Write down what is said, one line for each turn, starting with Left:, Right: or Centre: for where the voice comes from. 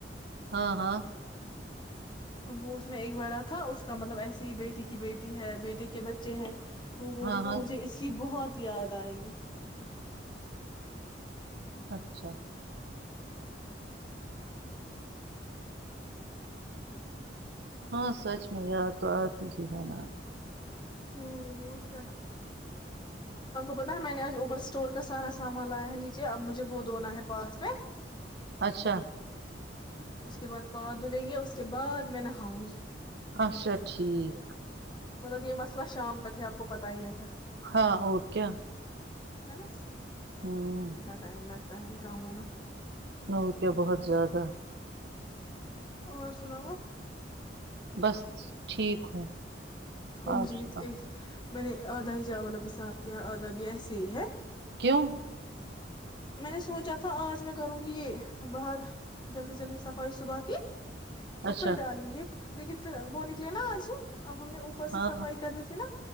Right: ہاں ہاں
Left: وہ اس میں ایک بڑا تھا اس کا مطلب ایسیے ہی بیٹی کی بیٹی ہے بیٹے کے بچے ہیں وہ
Right: ہاں
Left: رہ تھا
Right: ہاں
Left: مجھے اس کی بہت بہت یاد آئے گی
Right: اچھا ہاں سچ میں یاد تو آتی ہی ہے نا
Left: ہ اور کیا آپ کو پتا ہے میں نے آج اوپر اسٹور کا سارا سامان لایا ہے نیچے اب مجھے وہ دنا ہے پاس پ
Right: اچھا
Left: اس کے بعد پ دھلیں گے اس کے بعد میں نہاؤں گی
Right: اچھا ٹھیک
Left: مطلب یہ مسئلہ شام تک ہے آپ کو پتاہ ہی ہے پھر
Right: ہاں اور کیا
Left: ہیں نہ
Right: ہمم،
Left: کتنا ٹائم لگتا ٹائم کاموں میں
Right: ن ر کیا بہت زیادہ
Left: اور سناؤ
Right: بس ٹھیک ہوں،
Left: ا
Right: آپ
Left: مجید
Right: سناؤ؟
Left: ایک میں نے آدھا ہی چاوا بھی صاف کیا ہے آدھا بھی ایسے ہی ہے
Right: کیوں
Left: میں نے سوچا تھا آج میں کروں گی باہر جلدی جلدی صفائی صبح کی تو
Right: اچھا،
Left: پھر ڈالیں گے لیکن پھر وہ نکلے نا آج ہی اب ہم نے اوپر
Right: ہاں،
Left: سے صفائی کرنی تھی نا